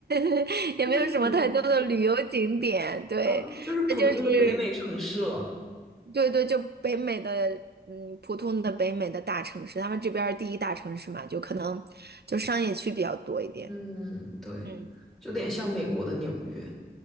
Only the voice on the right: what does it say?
<laughs> 也没有什么太多的旅游景点。
对，
那就是对对，就北美的，嗯，普通的北美的大城市，他们这边儿第一大城市嘛，就可能就商业区比较多一点。
嗯，